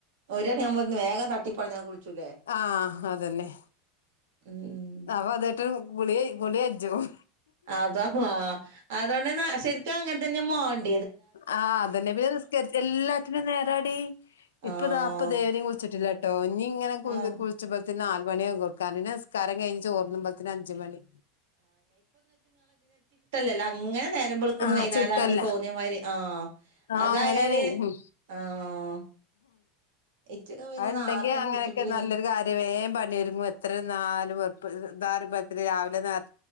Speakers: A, on the right (about 75°); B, on the left (about 85°).
A: ഒര് മണിയവുമ്പത്തേന് വേഗം തട്ടി പെടഞ്ഞ് ഒന്ന് കുളിച്ചൂലേ?
B: ആഹ് അതന്നെ
A: ഉം
B: അപ്പൊ അത് കുളി ഗുളി കജ്ജും
A: അതാ ആഹ് അതുകൊണ്ട് <unintelligible> ശരിക്കും അങ്ങനെ തന്നെ മാണ്ട്
B: ആഹ് അതെന്നെ പിന്നെ നിസ്കരി എല്ലാറ്റിനും നേരാടി ഇപ്പൊതാ
A: ആഹ്
B: ഇപ്പ ഇതുവരെയും കുളിച്ചിട്ടില്ല. ട്ടോ ഇനി ഇങ്ങനെ കു
A: ആഹ്
B: കുളിച്ചുമ്പഴത്തിന് നാല് മണിയാകും <unintelligible> കൊടുക്കാ പിന്നെ നിസ്കാരം കഴിഞ്ഞ് ചോർന്നുമ്പോത്തിന് അഞ്ച് മണി.
A: ല്ലല്ലോ അങ്ങനെ നേരം വെളുക്കണ്
B: ആഹ്
A: വൈന്നേരാവണ്
B: ചിട്ടല്ല
A: തോന്നിയമാതിരി ആഹ്
B: ആ
A: അതായാല്
B: അങ്ങനെയാണേ ഉം
A: ആഹ് ഇച്ചൊക്കെ പിന്നെ
B: അത് ഇണ്ടെങ്കി
A: നാർത്തെ
B: അങ്ങനെയൊക്കെ
A: കുളിച്ചിട്ടില്ലെങ്കി
B: നല്ലൊരു കാര്യാ വേഗം പണിയൊരുങ്ങും എത്ര ഇരുന്നാലും വെറുപ്പ് <unintelligible> <unintelligible> രാവിലെ നേരത്ത്